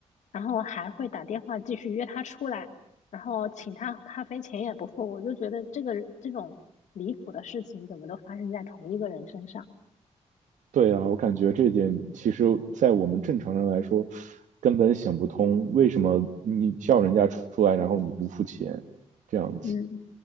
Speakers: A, on the left; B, on the right.
A: 然后还会打电话继续约她出来，然后请她喝咖啡钱也不付。我就觉得这个这种离谱的事情怎么都发生在同一个人身上。
B: 对啊，我感觉这一点其实，在我们正常人来说，根本想不通为什么你叫人家出来，然后你不付钱，这样子
A: 嗯，